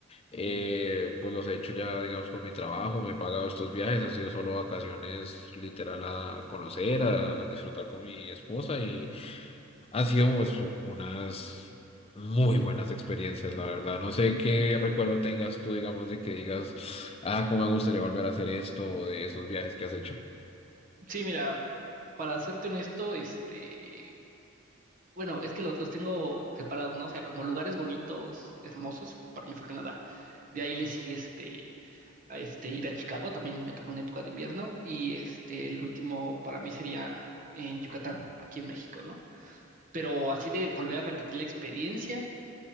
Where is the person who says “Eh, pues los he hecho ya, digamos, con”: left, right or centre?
Left